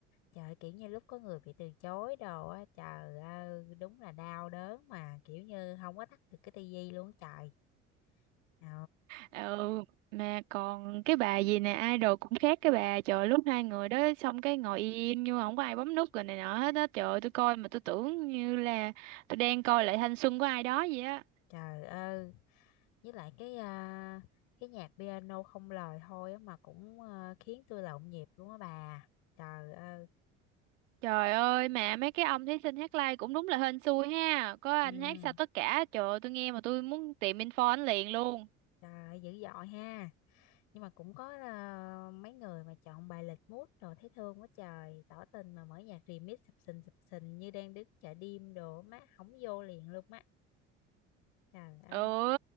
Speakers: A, on the left; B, on the right.
A: Trời, kiểu như lúc có người bị từ chối đồ á, trời ơi, đúng là đau đớn mà kiểu như không có tắt được cái tivi luôn á trời. Ờ,
B: ừ mà còn cái bà gì nè idol cũng khác cái bà trời lúc hai người đó xong cái ngồi im nhưng mà không có ai bấm nút rồi này nọ hết á trời ơi, tôi coi mà tôi tưởng như là tôi đang coi lại thanh xuân của ai đó vậy á
A: trời ơi, với lại cái à, cái nhạc piano không lời thôi á mà cũng à, khiến tôi là nhịp luôn á bà trời ơi
B: trời ơi mà mấy cái ông thí sinh hát live cũng đúng là hên xui ha có
A: ừ,
B: anh hát sao tất cả trời ơi, tôi nghe mà tôi muốn tìm info anh liền luôn
A: trời ơi, dữ dội ha nhưng mà cũng có à, mấy người mà chọn bài lịch mút rồi thấy thương quá trời tỏ tình mà mở nhạc remix sập sình sập sình như đang đứng chợ đêm đồ má hổng vô liền luôn á trời ơi
B: ừ